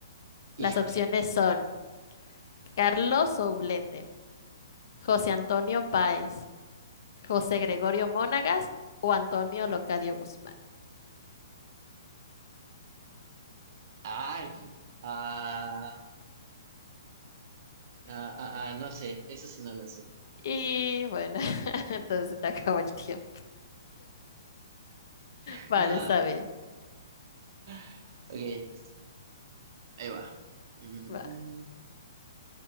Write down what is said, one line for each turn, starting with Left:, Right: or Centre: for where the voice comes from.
Right: Híjole,
Left: Las opciones son Carlos Oblete, José Antonio Páez, José Gregorio Monagas o Antonio Locadio Guzmán.
Right: ay, ah, ah, ah, ah, no sé, eso sí no lo sé.
Left: Y bueno, <laughs> entonces te acabó el tiempo.
Right: <laughs>
Left: Vale,
Right: No.
Left: está bien.
Right: <laughs> Ok, Ahí va. Mm,
Left: Va,